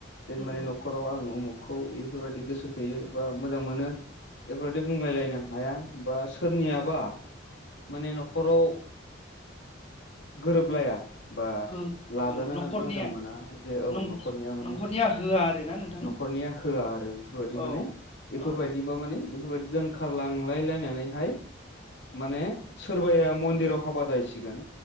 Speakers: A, on the left; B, on the left.
A: जे
B: नंगौ
A: माने न'खराव आं उमुख खौ बेफोरबायदि गोसो थोयो बा मोजां मोनो। बेफोरबायदि बुंलायलायनो हाया बा सोरनियाबा माने न'खराव
B: <inaudible>
A: गोरोबलाया बा
B: हो
A: लाजानो
B: ओ न'खरनिया
A: मोजां मोना जे औ
B: नं
A: न'खरनिया माने
B: न'खरनिया होआ आरोना नोंथां
A: नखरनिया होआ आरो बेफोरबायदि
B: औ
A: माने बेफोरबायदिबा
B: औ
A: माने बेफोरबायदि दोनखारलांलाय लायनानैहाय माने सोरबाया मन्दिराव हाबा जाहैसिगोन